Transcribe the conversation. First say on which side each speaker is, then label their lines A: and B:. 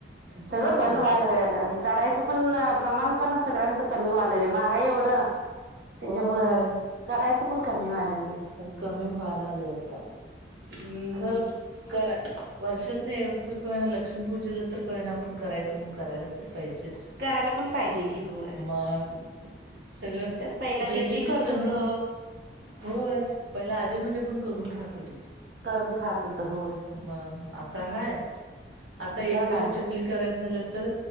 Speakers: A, on the right; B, on the right.
A: सगळं
B: आणि करायचं
A: बंद व्हायला लागलय आता. करायचं पण प्रमाण पण सगळ्यांचं कमी व्हालंय महागाई एवढं त्याच्यामुळं
B: होय
A: करायचं पण कमी व्हायला लागलंय सगळं.
B: कमी व्हालागलय आता.
A: हम्म.
B: खर करा वर्षातून एकदा तर का व्हीना लक्ष्मी पूजेला तर का व्हीना, आपण करायचं म्हण करायला तर पाहिजेच.
A: करायला पण पाहिजे की होय.
B: मग सगळं
A: करत्यात पहिला
B: रेडीमेड
A: किती कर्ज
B: आणून
A: होतं.
B: होय, पहिला आधी मधी पण करून खात होतीत.
A: करून खात होत होय.
B: मग आता हाय? आता
A: कुठलं
B: एक किलो
A: काय
B: च चकली करायच झालं तर